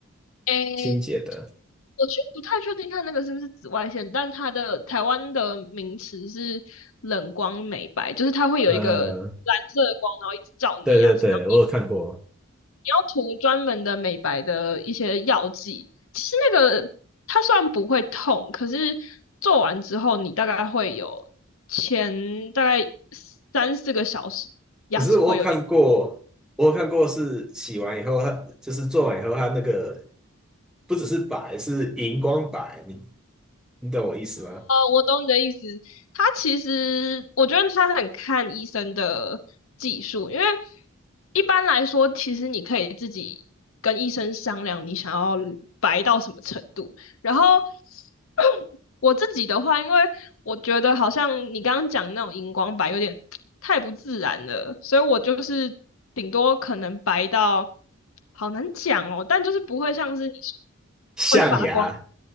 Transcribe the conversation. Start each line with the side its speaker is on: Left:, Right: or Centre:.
Left: 诶
Centre: 清洁的？
Left: 我就不太确定它那个是不是紫外线，但它的台湾的名词是冷光美白，就是它会有一个蓝色的光，
Centre: 呃，
Left: 然后一直照你的牙齿，
Centre: 对对对，
Left: 然后
Centre: 我有看过，
Left: 你要涂专门的美白的一些药剂。其实那个它虽然不会痛，可是做完之后你大概会有前大概三四个小时牙齿会有点
Centre: 可是我有看过，我有看过是洗完以后，它就是做完以后，它那个不只是白，是荧光白，你你懂我意思吗？
Left: 我懂你的意思。他其实，我觉得他很看医生的技术，因为一般来说，其实你可以自己跟医生商量你想要白到什么程度。然后 <clears throat> 我自己的话，因为我觉得好像你刚刚讲那种荧光白有点太不自然了，所以我就是顶多可能白到好难讲哦，但就是不会像是你说
Centre: 象牙，
Left: 会发光。